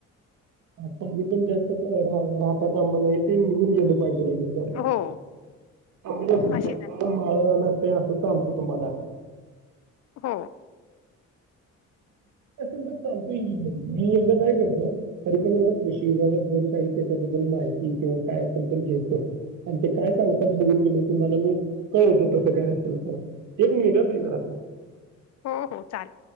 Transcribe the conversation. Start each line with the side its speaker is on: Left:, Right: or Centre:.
Right: थंडीचा जास्त कहर राहता कामा नये. अगदी असं निघून गेल पाहिजेे ते, असे
Left: हो
Right: म्हणजे अस
Left: अशी
Right: खडकाळ माळरानाथ असं चालत तुम्हाला
Left: हो
Right: मी एकदा काय करतो, तरी पण एकदा कृषी विभागातन काही त्याच्याबद्दल माहिती किंवा काय असेल तर घेतो आणि ते काय सांगतात बघून तुम्हाला मी कळवतो. तसं काय असेल तर, एक मिनिट ह ताई जरा
Left: हो हो चालेल.